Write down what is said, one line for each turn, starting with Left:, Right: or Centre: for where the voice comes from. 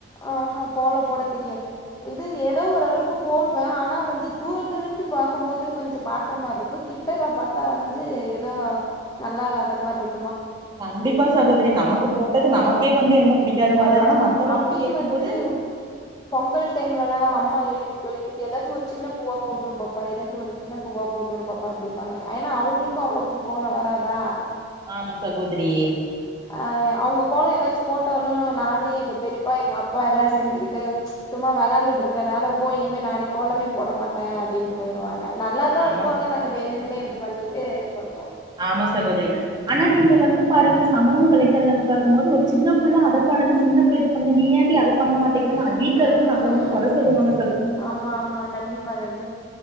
Left: ஆஹ் ஹா கோலோ போட தெரியாது இது ஏதோ ஒரளவுக்கு போடு ஆனா வந்து தூரத்துல இருந்து பாக்கும் போது கொஞ்ஜோ பாக்ற மார்ருக்கு கிட்டல பாத்தா வந்து ஏதோ நல்லா இல்லாத மார்ருக்
Right: கண்டிப்பா சகோதிரி நமக்கு போட்டது நமக்கே வந்து என்னமோ புடிக் தா
Left: ஆ
Right: மாரி ஆனா மத்தவங்க
Left: அப்பயு
Right: கேக்கும்போது
Left: வந்து பொங்கல் டைம்லலா அம்மா எளிப்புட்டு எளிப்புட்டு எதாச்சு ஒரு சின்ன பூவா போட்டுடு பாப்பா எதாச்சு ஒன்னு சின்ன பூவா போட்டு பாப்பா அப்டிம்பாங்க ஏனா அவுங்ளுக்கு அவ்ளோக்கு கோலோ வராதா
Right: ஆமா சகோதரி
Left: ஆஹ் அவங்க கோலோ ஏதாச்சு போட் இ நானு எங்க பெரிப்பா எங்க அப்பா எல்லா சேந்துக்கிட்டு சும்மா வெளாண்டுட்டுருக்க நேரா போய் இனிமே நானே கோலமே போட மாட்டே அப்டின்ட்டு பொயிடுவாங்க நல்லா தா
Right: ஆமா
Left: இருக்கு
Right: ச
Left: ஆனா நாங்க வேணுமுனே அப்டி பண்ணிட்டு இது பண்ணுவோ
Right: ஆமா சகோத்ரி ஆனா நீங்க வந்து பாருங்க சமூக வலைத்தளன் பாக்கும் போது ஒரு சின்ன புள்ள அத பண்ணுது சின்ன புள்ளைட்ட இதை பண்ணது நீயாண்டி அத பண்ண மாத் தெக்றேனா வீட்ல
Left: ம்
Right: இருந்து நம்பள வந்து கொற சொல்லுவாங்க
Left: ஆமா ஆமா கண்டிப்பா தா வந்து